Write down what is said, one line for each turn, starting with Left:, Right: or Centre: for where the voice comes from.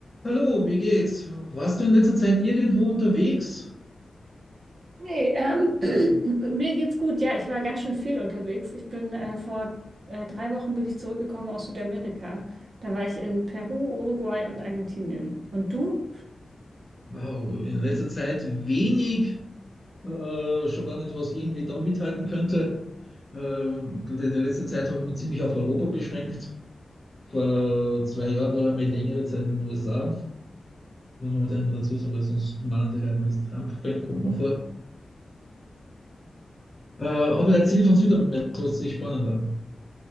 Left: Hallo, wie geht's? Warst du in letzter Zeit irgendwo unterwegs?
Right: Hey, ähm, <clears throat> mir geht's gut. Ja, ich war ganz schön viel unterwegs. Ich bin äh, vor äh, drei Wochen bin ich zurückgekommen aus Südamerika. Da war ich in Peru, Uruguay und Argentinien. Und du?
Left: Wow, in letzter Zeit wenig, äh, schon gar nicht, was irgendwie da mithalten könnte. Äh, die, die letzte Zeit habe ich mich ziemlich auf Europa beschränkt. Vor zwei Jahren war ich mal längere Zeit in den USA. Muss man da immer dazu sagen, weil sonst meinen die Leute, man ist Trump-Fan, kommt man vor. Äh, aber erzähl von Südamerika, das hört sich spannend an.